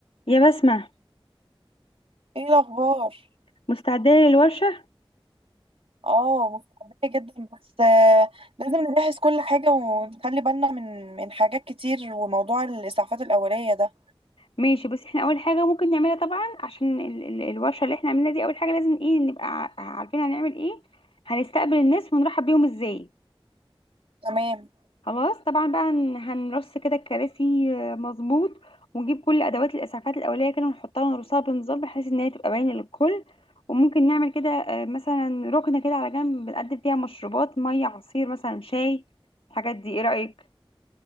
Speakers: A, on the left; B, on the right.
A: يا بسمة
B: ايه الاخبار
A: مستعدة للورشة
B: اه متحمسه جدا بس آه، لازم نجهز كل حاجه ونخلي بالنا من من حاجات كتير وموضوع الاسعافات الاوليه ده
A: ماشي بس احنا اول حاجة ممكن نعملها طبعا عشان ال ال الورشة اللي احنا عملناها دي اول حاجة لازم ايه نبقى ع- عارفين هنعمل ايه هنستقبل الناس ونرحب بيهم ازاي
B: تمام
A: خلاص طبعا بقى هن- هنرص كده الكراسي آه، مظبوط ونجيب كل ادوات الاسعافات الاولية كده ونحطها ونرصها بنظام بحيث ان هي تبقى باينة للكل وممكن نعمل كده آه، مثلا ركنة كده على جنب بنقدم فيها مشروبات مية عصير مثلا شاي الحاجات دي ايه رأيك